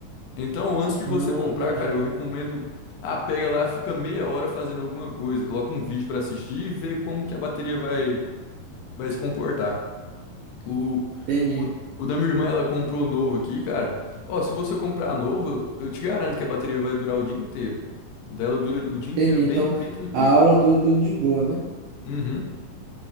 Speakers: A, on the left; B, on the right.
A: Então, antes de você
B: Ah,
A: comprar,
B: entendi.
A: cara, eu recomendo. Ah, pega lá, fica meia hora fazendo alguma coisa, coloca um vídeo pra assistir e vê como que a bateria vai, vai se comportar. O,
B: Entendi.
A: o, o da minha irmã, ela comprou novo aqui, cara. Ó, se você comprar novo, eu te garanto que a bateria vai durar o dia inteiro. O dela dura o dia inteiro
B: Entendi. Então,
A: bem, bem tranquilo.
B: a aula dura tudo de boa, né?
A: Uhum.